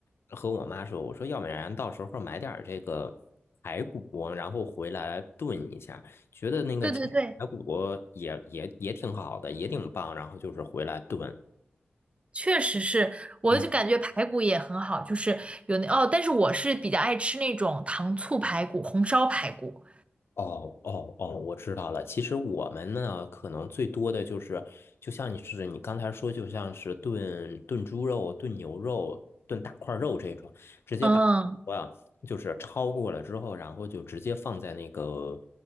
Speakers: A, on the left (about 75°); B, on the right (about 30°).
A: 和我妈说，我说要不然到时候买点儿这个排骨，然后回来炖一下。觉得那个其实排骨也也也挺好的，
B: <laughs> 对对对，
A: 也挺棒。然后就是回来炖。
B: 确实是，我就感觉排骨也很好，
A: 嗯。
B: 就是有那哦，但是我是比较爱吃那种糖醋排骨、红烧排骨。
A: 哦哦哦，嗯我知道了。其实我们呢，可能最多的就是，就像你是你刚才说，就像是炖炖猪肉、炖牛肉、炖大块肉这种，直接把我呀就是焯过了之后，
B: 嗯，
A: 然后就直接放在那个